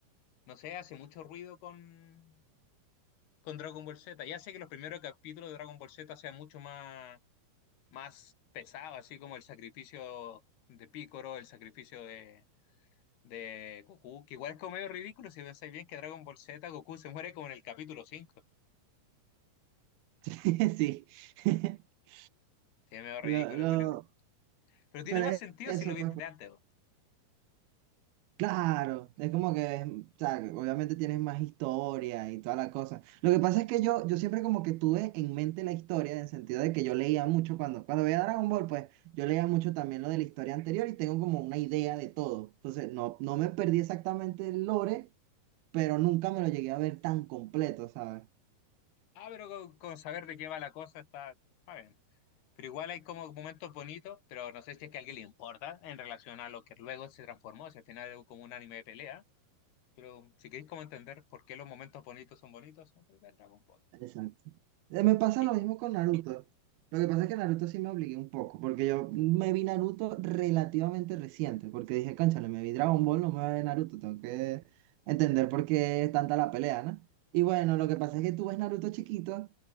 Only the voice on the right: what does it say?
<laughs> sí. <laughs>
Lo, lo,
pero
es
eso,
pues, pues,
claro, es como que, es- o sea, que obviamente tienes más historia y toda la cosa. Lo que pasa es que yo, yo siempre como que tuve en mente la historia, en el sentido de que yo leía mucho cuando, cuando veía Dragon Ball, pues, yo leía mucho también lo de la historia anterior y tengo como una idea de todo. Entonces, no, no me perdí exactamente el lore, pero nunca me lo llegué a ver tan completo, ¿sabes?
Exacto. Eh, Me pasa
lo mismo con Naruto. Lo que pasa es que Naruto sí me obligué un poco, porque yo me vi Naruto relativamente reciente, porque dije, cónchale, me vi Dragon Ball, no me voy a ver Naruto, tengo que entender por qué es tanta la pelea, ¿no? Y bueno, lo que pasa es que tú ves Naruto chiquito